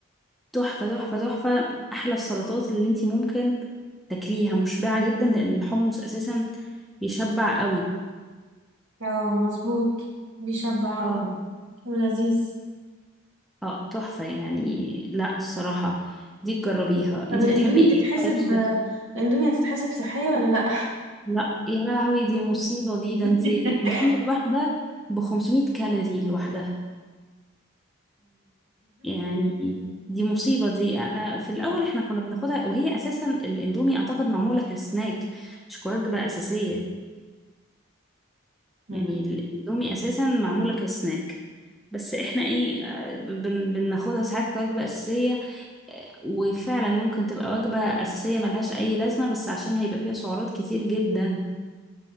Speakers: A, in the centre; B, on the right (about 65°).
A: تحفة تحفة تحفة أحلى السلطات اللي انتي ممكن تاكليها مشبعة جدا لأن الحمص أساسا بيشبع قوي
B: اه مظبوط بيشبع
A: اه
B: آه، ولذيذ
A: اه تحفة يعني لا الصراحة دي تجربيها
B: طب
A: انتي
B: الأندومي
A: بتحبي ايه
B: تتحسب
A: طيب سلطة
B: الأندومي هتتحسب صحية ولا لأ؟
A: لا يا لهوي دي مصيبة دي ده
B: <laughs>
A: انتي الاندومي الواحدة ب 500 كالوري لوحدها يعني دي مصيبة دي انا في الاول احنا كنا بناخدها وهي اساسا الاندومي اعتقد معمولة كسناك مش كوجبة اساسية
B: مم.
A: يعني
B: <laughs>
A: الاندومي اساسا معمولة كسناك بس احنا ايه آه، بن- بناخدها ساعات كوجبة اساسية وفعلا ممكن تبقى وجبة أساسية ملهاش أي لازمة بس عشان هيبقى فيها سعرات كتير جدا